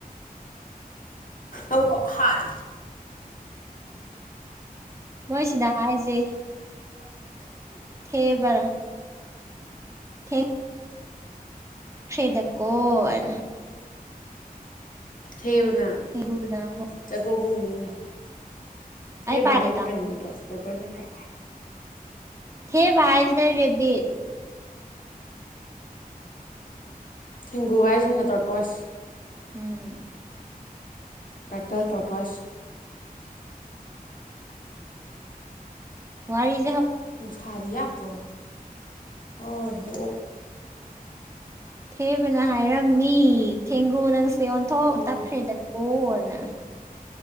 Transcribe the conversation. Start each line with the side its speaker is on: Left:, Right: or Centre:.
Left: ꯑꯃꯨꯛꯀ ꯍꯥꯔꯦ
Right: ꯃꯣꯏ ꯁꯤꯅ ꯍꯥꯏꯁꯦ ꯊꯦꯕꯔ ꯊꯦꯡ ꯦꯗ ꯀꯣ ꯑꯅ
Left: ꯊꯦꯅ
Right: ꯊꯦꯡꯒꯨꯅ ꯑꯃꯨꯛ
Left: ꯆꯒꯣ ꯀꯨꯝꯃꯤ
Right: ꯑꯩ
Left: ꯍꯦ
Right: ꯄꯥꯏꯒꯦ
Left: ꯥꯏ ꯀꯅ
Right: ꯇꯥꯎ
Left: ꯀ ꯃ ꯇ꯭ꯔ ꯇ ꯄꯣꯏꯁ ꯅꯠꯇ
Right: ꯊꯦ ꯥꯏ ꯔꯦꯕꯤꯠ
Left: ꯊꯦꯡꯒꯨ ꯍꯥꯏꯁꯤꯅ ꯇꯧꯔ ꯇꯣꯁ
Right: ꯎꯝ
Left: ꯇꯥꯏꯇꯦꯜ ꯇꯣꯇꯁ
Right: ꯋꯥꯔꯤ
Left: ꯅꯨꯡꯁꯥꯔꯤ ꯌꯥꯛꯇ꯭ꯔꯣ ꯍꯣꯏ ꯍ
Right: ꯊꯦꯕꯅ ꯍꯥꯏꯔꯝꯃꯤ ꯊꯦꯡꯒꯨ ꯅꯪ ꯁ ꯑꯣꯟꯊꯣꯛ
Left: ꯎꯝ
Right: ꯇꯞꯈ꯭ꯔꯦꯗꯀꯣꯅ